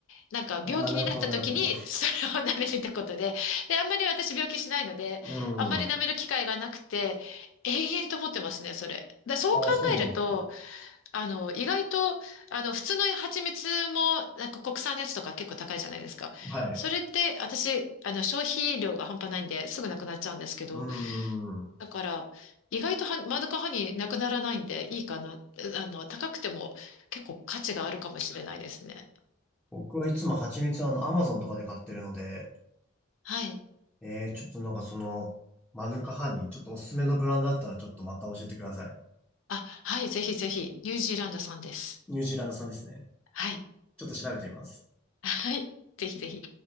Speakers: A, on the left; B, in the centre.
A: なんか病気になった時に
B: ああ、なるほど、なるほど。
A: <laughs> それを <laughs> 舐めるってことで、で、あんまり私病気しないので、
B: う
A: あんまり舐める機会がなくて、
B: ん。あ
A: 永遠と思ってますね、それ。だそう考えると、
B: あ、そうなんです
A: あの、意外と、あの、普通の蜂蜜も、なんか国産のやつとか結構高いじゃないですか。
B: かはい。
A: それって、私、あの、消費量が半端ないんで、すぐなくなっちゃうんですけど、
B: うーん。
A: だから、意外とは、マヌカハニーなくならないんで、いいかな。えあの、高くても結構価値があるかもしれないですね。
B: 僕はいつも蜂蜜はあの、アマゾンとかで買ってるので、
A: はい。
B: えー、ちょっとなんかその、マヌカハニー、ちょっとおすすめのブランドあったらちょっとまた教えてください。
A: あ、はい、ぜひぜひ、ニュージーランドさんです。
B: ニュージーランド産ですね。
A: はい。
B: ちょっと調べてみます。
A: はい。ぜひぜひ。